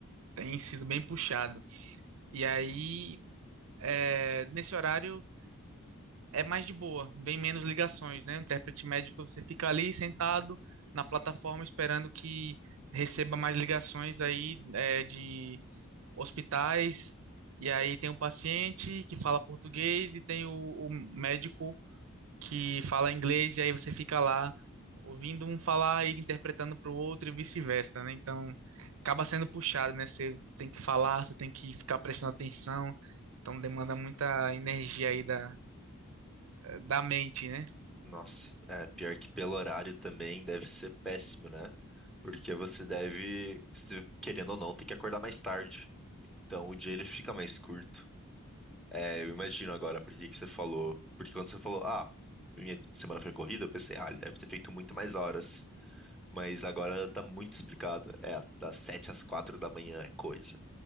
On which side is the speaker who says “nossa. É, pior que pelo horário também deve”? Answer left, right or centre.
Centre